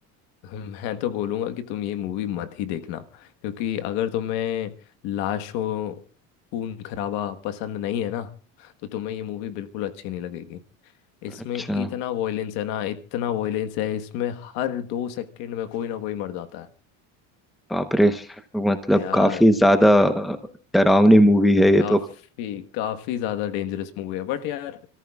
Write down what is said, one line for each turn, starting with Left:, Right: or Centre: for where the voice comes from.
Left: <laughs> मैं तो बोलूँगा कि तुम ये मूवी मत ही देखना क्योंकि अगर तुम्हें लाशों खून खराबा पसंद नहीं है ना तो तुम्हें ये मूवी बिल्कुल अच्छी नहीं लगेगी इसमें
Centre: अच्छा
Left: इतना वॉयलेंस है ना इतना वॉयलेंस है इसमें हर दो सेकंड में कोई ना कोई मर जाता
Centre: बाप रे मतलब
Left: है यार
Centre: काफी ज्यादा डरावनी मूवी है ये
Left: काफी
Centre: तो
Left: काफी ज्यादा डेंजरस मूवी है बट यार